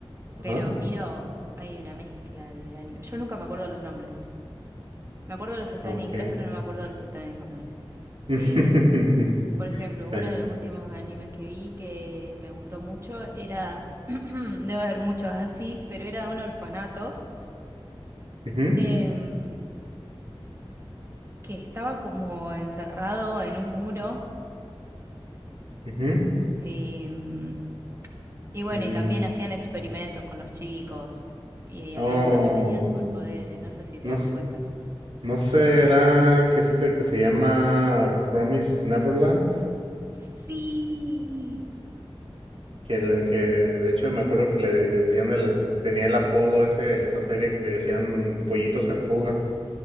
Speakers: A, on the right; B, on the right.
A: Ajá.
B: pero miro, hay una mezcla de anime. Yo nunca me acuerdo los nombres. Me acuerdo de los que están
A: Ok.
B: en inglés, pero no me acuerdo de los que están en japonés.
A: <laughs>
B: Em, por ejemplo, uno
A: Eh,
B: de los últimos animes que vi que me gustó mucho era, <clears throat> debe haber muchos así, pero era de un orfanato
A: ujú,
B: em, que estaba como encerrado en un muro.
A: ujú.
B: em, Y bueno,
A: Mm,
B: y también hacían experimentos con los chicos. Y había
A: oh,
B: algunos que tenían superpoderes, no sé si te
A: no,
B: das
A: s-
B: cuenta.
A: no será que este que se llama Promise Neverland,
B: Sí.
A: que, le- que de hecho me acuerdo que le, de- decían el, tenía el apodo ese, esa serie que le decían Pollitos en Fuga,